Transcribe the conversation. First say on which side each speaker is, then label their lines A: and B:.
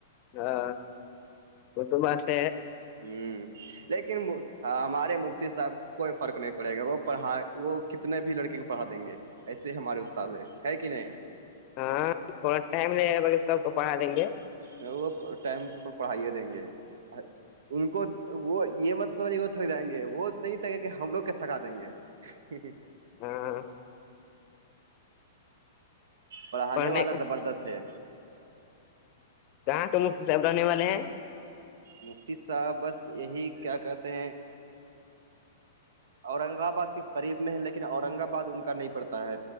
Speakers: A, on the left; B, on the right.
A: ہاں وہ تو بات ہے
B: ہوں لیکن ہمارے مفتی صاحب کوئی فرق نہیں پڑے گا وہ پڑھا وہ کتنے بھی لڑکے کو پڑھا دیں گے ایسے ہی ہمارے استاد ہے کہ نہیں
A: ہاں تھوڑا ٹائم لگےائے گا باقہ سب کو پڑھا دیں گے
B: وہ ٹائم پ پڑھائیے دیں گے ان کو وہ یہ مطلب نہیں وہ تھک جائیں گے وہ نہیں تھکیں گے ہم لوگ کیا تھکا دیں گے ہ ہ <inaudible>
A: ہاں ہاں
B: پڑھانے
A: پڑھنے
B: والا زبردست ہے
A: کہاں کا مفتی صاحب رہنے والے ہیں
B: مفتی صاحب بس یہی کیا کہتے ہیں اورنگ آباد کے قریب میں ہے لیکن اورنگ آباد ان کا نہیں پڑتا ہے